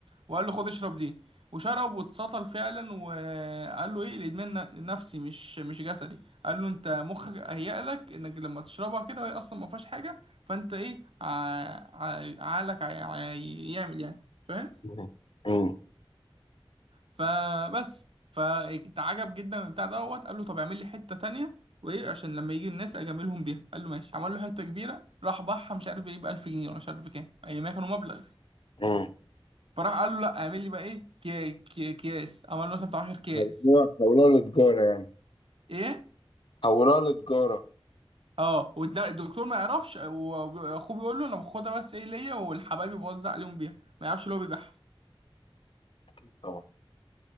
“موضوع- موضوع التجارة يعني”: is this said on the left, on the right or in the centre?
Left